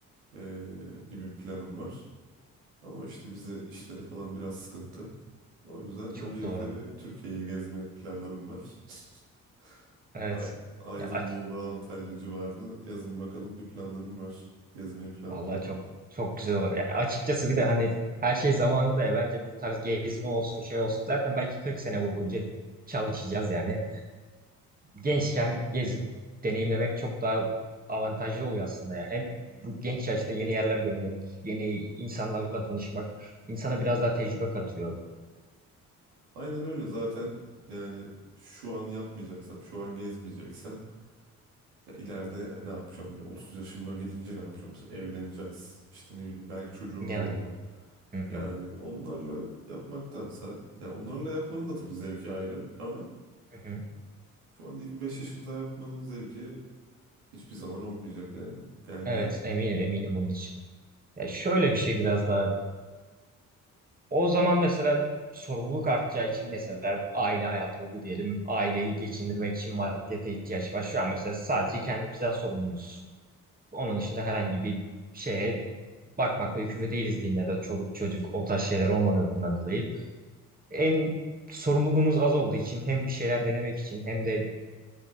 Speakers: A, on the right (about 75°); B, on the right (about 20°).
A: e, gibi bir planım var. Ama işte bize işleri falan biraz sıkıntı. O yüzden
B: Çok
A: öncelikle
B: doğru.
A: bir Türkiye'yi gezme planlarım var. <laughs>
B: Evet.
A: Ay- Aydın,
B: Ya aç
A: Muğla, Antalya civarını yazın bakalım bir planlarım var. Gezmeyi planlıyorum.
B: vallahi çok çok güzel olur. Ya açıkçası bir de hani her şey zamanında ya bence bu tarz gezme olsun şey olsun zaten belki 40 sene boyunca çalışacağız yani. gençken gezip deneyimlemek çok daha avantajlı oluyor aslında ya. Hem bu genç yaşta yeni yerler görmek, yeni insanlarla tanışmak insana biraz daha tecrübe katıyor.
A: Aynen öyle zaten yani şu an yapmayacaksam, şu an gezmeyeceksem ya ileride ne yapacağım? Hani 30 yaşıma gelince ne yapacağım? Mesela evleneceğiz. İşte ne bileyim belki çocuğumuz
B: Yani.
A: olacak.
B: Hı hı,
A: Yani onlarla yapmaktansa ya onlarla yapmanın da tabii zevki ayrı ama
B: hı hı.
A: Şu an 25 yaşında yapmanın zevki hiçbir zaman olmayacak yani. Gelmeyecek.
B: Evet, eminim eminim bunun için. Ya şöyle bir şey biraz daha. O zaman mesela sorumluluk artacağı için mesela aile hayatı oldu diyelim. Aileyi geçindirmek için maddiyata ihtiyaç var. Şu an mesela sadece kendimizden sorumluyuz. Onun dışında herhangi bir şeye bakmakla yükümlü değiliz diyeyim ya da çoluk çocuk o tarz şeyler olmadığından dolayı. En sorumluluğumuz az olduğu için hem bir şeyler denemek için hem de